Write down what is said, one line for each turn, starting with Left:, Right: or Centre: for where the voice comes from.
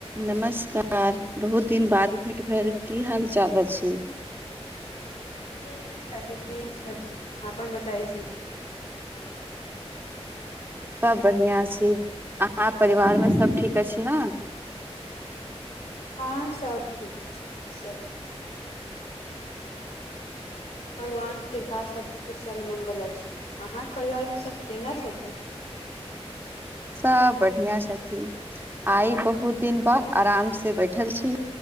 Right: नमस्कार बहुत दिन बाद भेट भेल, की हाल चाल अछि?
Left: ठीक छथि ठीक छथि आ अपन बतायै छी।
Right: सब बढ़िआँ छी। अहाँ परिवार मे सब ठीक अछि न?
Left: हँ सब ठीक छी सब, भगवान कृपा सब कुशल मङ्गल अछि। अहाँक परिवार मे सब केना छथि?
Right: सब बढ़िया छथि आइ बहुत दिन बाद आराम से बैठल छी।